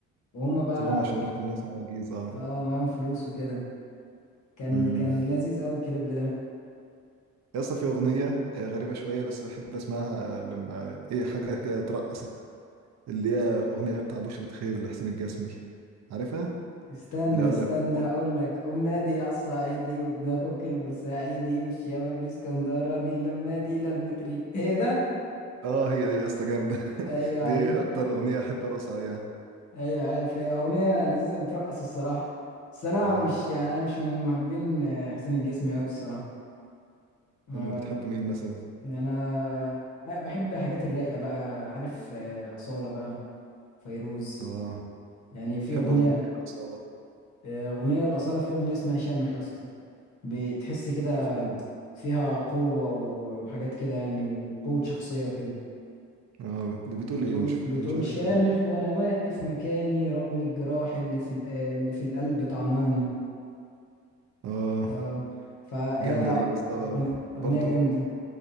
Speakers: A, on the left; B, on the right.
A: وهم بقى
B: سيبهم عشان يروحوا للناس عواجيز اه
A: اه معاهم فلوس وكده كان
B: امم
A: كان لذيذ قوي الكليب ده
B: لسه في اغنية آه، غريبة شوية بس بحب اسمعها آه، لما ايه حاجة كده ترقصك اللي هي اغنية بتاع بشرة خير لحسين الجسمي عارفها
A: استنى
B: اللي اقول
A: استنى
B: لك
A: هقول
B: أوب.
A: لك ام نادي على الصعيدي وابن اخوك البورسعيدي والشباب الاسكندراني اللمه دي لمة ريك هي ده
B: اه هي دي يا اسطى جامدة
A: ايوه
B: <laughs>
A: عارف
B: دي اكتر اغنية احب ارقص عليها
A: ايوه عارف هي اغنيه لذيذه بترقص الصراحه بس انا
B: اه
A: مش يعني انا مش من محبين آه، حسين الجسمي قوي الصراحه آه،
B: امال بتحب مين مثلا
A: يعني انا بحب حاجات الرايقه بقى عارف آه، اصاله بقى فيروز
B: اه
A: يعني في
B: تحب
A: اغنيه
B: اغنية ايه الأصالة
A: آه، اغنيه الاصاله في اغنيه اسمها شامخ يا اسطى بتحس
B: بتقول
A: كده
B: فهيدي
A: فيها قوه و- وحاجات كده يعني وقوه شخصيه وكده
B: اه اللي بتقول
A: بتقول
B: ايه مش فاكر
A: بتقول
B: مش عارفها
A: شامخ
B: دي
A: وانا واقف مكاني رغم الجراح اللي في ال- اللي في القلب طعناني
B: اه
A: اه فهي
B: جامدة دي يا اسطى
A: أغنية, أغنية
B: برضه
A: جامدة